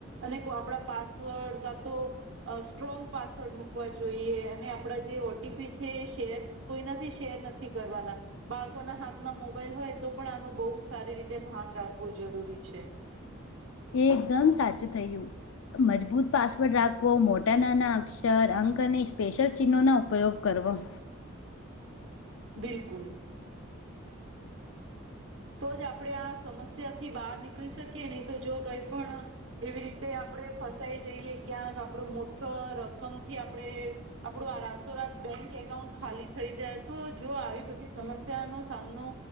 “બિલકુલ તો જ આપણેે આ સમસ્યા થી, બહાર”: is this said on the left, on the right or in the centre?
Right